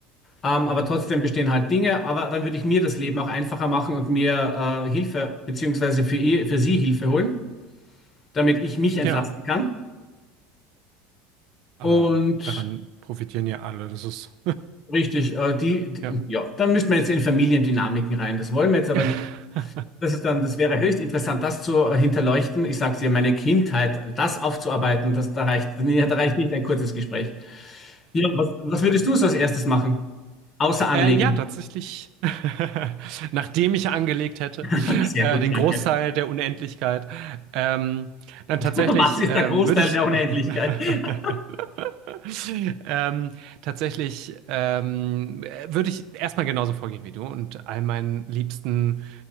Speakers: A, on the left (about 35°); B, on the right (about 65°).
A: Ähm, aber trotzdem bestehen halt Dinge. Aber dann würde ich mir das Leben auch einfacher machen und mir äh, Hilfe, beziehungsweise für, ihr, für sie Hilfe holen, damit ich mich
B: Ja.
A: entlasten kann.
B: Aber
A: Und
B: daran profitieren ja alle. Das ist,
A: Richtig, äh, die, die,
B: <laughs> ja.
A: ja, dann müssten wir jetzt in Familiendynamiken rein. Das wollen wir jetzt
B: <laughs>
A: aber nicht. Das ist dann, das wäre höchst interessant, das zu äh, hinterleuchten. Ich sag's dir, meine Kindheit, das aufzuarbeiten, das, da reicht, nee, da reicht nicht ein kurzes Gespräch. Ja, was, was würdest du so als erstes machen? Außer anlegen.
B: äh, ja, tatsächlich. <laughs> Nachdem ich angelegt hätte,
A: <laughs> Sehr
B: äh,
A: gut,
B: den
A: danke.
B: Großteil der Unendlichkeit, ähm, dann
A: <laughs>
B: tatsächlich
A: Was ist
B: ähm,
A: der Großteil
B: würde ich
A: der Unendlichkeit?
B: <laughs>
A: <laughs>
B: ähm, tatsächlich ähm, würde ich erstmal genauso vorgehen wie du und all meinen Liebsten